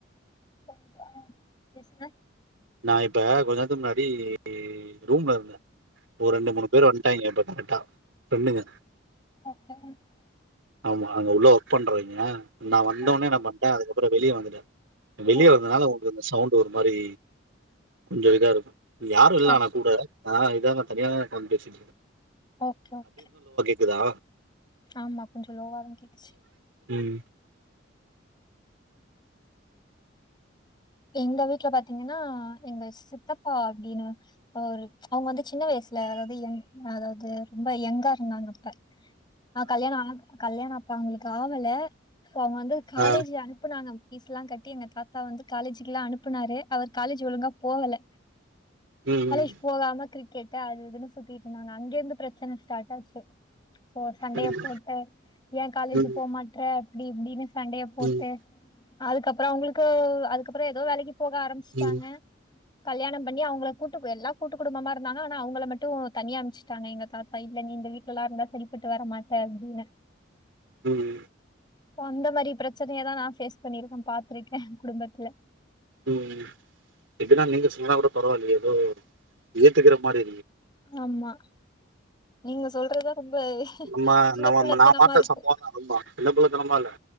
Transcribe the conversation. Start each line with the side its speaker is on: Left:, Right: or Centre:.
Left: கொஞ்சம் ஆ பேசுங்க
Right: நா இப்ப கொஞ்ச நேரத்துக்கு முன்னாடி ரூம்ல இருந்தேன் ஒரு ரெண்டு மூணு பேர் வந்து இங்க பாத்த கெட்டா ரெண்டுங்க
Left: ஓகே மேம் <inaudible>
Right: ஆமா அங்க உள்ள ஒர்க் பண்றவீங்க நான் வந்தோனே
Left: ஓகே.
Right: நம்ம பொறப்பட்டா அதுக்கப்பறம் வெளிய வந்துட்ட வெளிய
Left: ஓகே.
Right: வந்ததுனால வந்து அந்த சவுண்ட் வரு மாரி கொஞ்சயஇதாருக்கு யாரு இல்ல
Left: ஓகே.
Right: ஆனா கூட ஆஹ் இங்க நா தனியா தான் பேசிட்டு இருக்
Left: ஓகே ஓகே
Right: கிரா
Left: ஆமா கொஞ்சோ லோவா தா கேட்டுச்சு
Right: உம்
Left: எங்க வீட்டுல பாத்தீங்கன்னா எங்க சித்தப்பா அப்டின்னு ஒரு அவங்க வந்து சின்ன வயசுல அதாவது அதாவது அது ரொம்ப எங்கா இருந்தாங்க ஆ கல்யாண ஆனா கல்யாண அ அப்ப அவங்களுக்கு ஆவல சோ அவங்க வந்து காலேஜ்
Right: ஆ.
Left: அனுப்புனாங்க பீஸ் எலா கட்டி என்ன க அப்பா வந்து காலேஜக்கு எல்லா அனுப்புனாரு அவர் காலேஜ் ஒழுங்கா போகல
Right: ம்,
Left: காலேஜ்போகாம
Right: ம்.
Left: கிர் கேட்ட அது இதுனு சுத்திட்டு இருந்தாங்க அங்க இருந்து பிரச்சன ஸ்டார்ட் ஆச்சு சண்டே
Right: ம்.
Left: போட்டு ஏன் காலேஜ்
Right: ம்,
Left: போ மாற்ற தி தினஸ் சண்டையை போட்டு
Right: ம்.
Left: அதுக் அப்புறோ அவ்ங்களுக்கு க்கா அது அதுக்கப்புறோ ஏதோ வேலைக்கு போக ஆரம்பச்சுட்டாங்க
Right: ம்.
Left: கல்யாணம் பண்ணி அவங்களை கூட்டு எல்லா கூட்டு குடும்பமா இருந்தாங்க ஆனா அவங்கள மட்டு தனியா அமைச்சுட்டாங்க எங்க தாத்தா இல்ல நீ இந்த வீட்டுல எல்லா இருந்தா சரிப்பட்டு வர மாட்ட அப்டின்னு
Right: உம்
Left: அந்த மாதிரி பிரச்சனையா நான் பேஸ் பண்ணியிருக்கே பாத்துருக்கேன் ஏ குடும்பத்துல
Right: உம்‌ இப்பதான் நீங்க சொன்னாட் பரவிலொ எதொ எ எதேக்குற மாரி
Left: ஆமா நீங்க சொல்றதா ரொம்ப
Right: நம்ம
Left: சின்ன
Right: நம்ம
Left: புள்ளத்தனமா
Right: நா பாத்த
Left: இருக்கு
Right: சம்பவம் தான் ரொமா சின் குள்ள தம இல்ல